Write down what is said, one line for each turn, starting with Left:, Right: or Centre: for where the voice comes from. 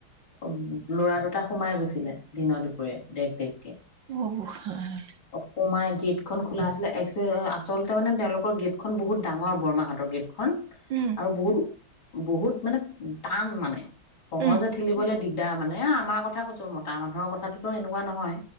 Left: অ' ল'ৰা দুট সোমাই গৈছিলে দিনৰ দুপৰীয়া দেখ -দেখ
Right: অ', গোসাঁই
Left: অখুমাই গেট খন খোলা আছিলে এক্সু আচলতে মানে তেওঁলৰ গেটখন বহুত ডাঙৰ বৰমাহাটৰ গেটখন। খন
Right: উম,
Left: আৰু বহুত ও বহুত মানে টান মানে সহজে
Right: উম,
Left: থেলিবলৈ দিগদাৰ মানে এ আমাৰ কথা কৈছো মতা মানুহৰ কথাটো এনেকুৱা নহয়